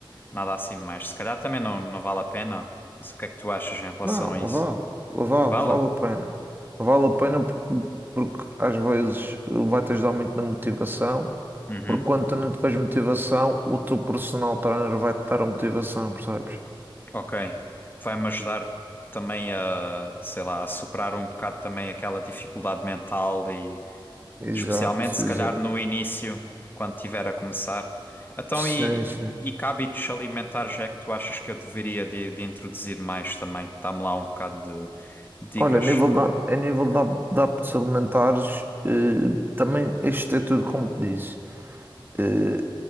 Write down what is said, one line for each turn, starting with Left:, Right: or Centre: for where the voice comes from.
Left: nada assim demais? Se calhar também não, não vale a pena. Não sei o que é que tu achas em relação
Right: Não,
Left: a
Right: vale,
Left: isso.
Right: vale,
Left: Vale?
Right: vale a pena. Vale a pena porque, porque às vezes vai-te ajudar muito na motivação,
Left: Uhum.
Right: porque quando tu não tiveres motivação, o teu personal trainer vai-te dar a motivação, percebes?
Left: Ok. Vai-me ajudar também a, sei lá, a superar um bocado também aquela dificuldade mental e
Right: Exato,
Left: Especialmente se
Right: exato.
Left: calhar no início, quando tiver a começar. Então,
Right: Sim,
Left: e,
Right: sim.
Left: e que hábitos alimentares é que tu achas que eu deveria de, de introduzir mais também? Dá-me lá um bocado de dicas.
Right: Olha, a nível da, a nível da, da hábitos alimentares, eh, também este é tudo como te disse. Eh,